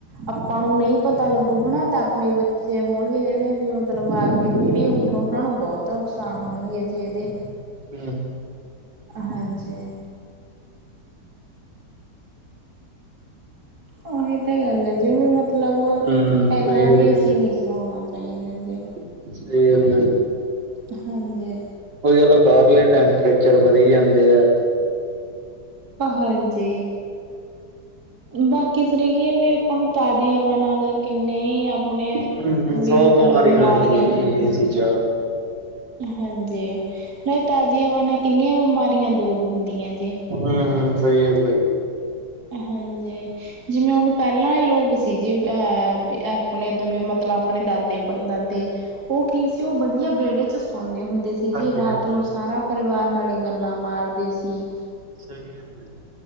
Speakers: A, on the right (about 55°); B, on the right (about 75°).
A: ਆਪਾਂ ਨੂੰ ਨਹੀਂ ਪਤਾ ਲੱਗੂ ਹਨਾ। ਤਾਂ ਆਪਣੇ ਬੱਚੇ ਹੋਣਗੇ। ਜਿਹੜੇ ਵੀ ਮਤਲਬ ਅਗਲੀ ਪੀੜ੍ਹੀ ਹੋਊਗੀ। ਉਹਨਾਂ ਨੂੰ ਬਹੁਤ ਤਾਂ ਨੁਕਸਾਨ ਹੋਣਗੇ ਜੇ ਇਹਦੇ
B: ਹੂੰ
A: ਹਾਂਜੀ ਉਹੀ ਤਾਂ ਗੱਲ ਹੈ ਜਿਵੇਂ ਮਤਲਬ
B: ਹੂੰ
A: ਇਨਾ
B: ਸਹੀ ਗੱਲ
A: ਵੀ
B: ਹੈ
A: ਅਸੀ
B: ਜੀ
A: ਨੀ ਸੀ। ਚਲਾਉਣਾ ਚਾਹੀਦਾ ਜੇ
B: <unintelligible>
A: ਹਾਂਜੀ
B: ਉਈ ਗੱਲ ਬਾਹਰਲੇ ਟੈਂਪਰੇਚਰ ਵਧੀ ਜਾਂਦੇ ਆ।
A: ਹਾਂਜੀ। ਬਾਕੀ ਸਰੀ ਕੀ ਵੀ ਆਪਾਂ ਨੂੰ ਤਾਜ਼ੀ ਹਵਾ ਨਾਲ ਕਿੰਨੇ ਆਪਣੇ
B: ਹੂੰ
A: ਵੀ
B: ਸੌ
A: ਮਤਲਬ
B: ਬਿਮਾਰੀ
A: ਬਿਮਾਰੀਆਂ
B: ਲੱਗਦੀ ਹੈ ਜੀ
A: ਦੂਰ ਹੁੰਦੀਆਂ।
B: ਏਸੀ ਚ
A: ਹਾਂਜੀ। ਮੈ ਤਾਜ਼ੀ ਹਵਾ ਨਾਲ ਕਿੰਨੀਆਂ ਬਿਮਾਰੀਆਂ ਦੂਰ ਹੁੰਦੀਆਂ ਜੀ।
B: ਹੂੰ ਹੂੰ ਸਹੀ ਗੱਲ ਦਾ।
A: ਹਾਂਜੀ। ਜਿਵੇਂ ਹੁਣ ਪਹਿਲਾਂ ਇਹ ਲੋਕ ਸੀ ਜੀ। ਅਹ ਆਪਣੇ ਤੋਂ ਵੀ ਮਤਲਬ ਆਪਣੇ ਦਾਦੇ ਪੜਦਾਦੇ ਉਹ ਕੀ ਸੀ। ਉਹ ਵਧੀਆ ਵਿਹੜੇ ਚ ਸੌਉਂਦੇ ਹੁੰਦੇ ਸੀ।
B: ਹਾਂਜੀ
A: ਜੇ ਰਾਤ
B: ਹਾਂਜੀ
A: ਨੂੰ ਸਾਰਾ ਪਰਿਵਾਰ ਨਾਲੇ ਗੱਲਾਂ ਮਾਰਦੇ ਸੀ।
B: ਸਹੀ ਗੱਲ ਏ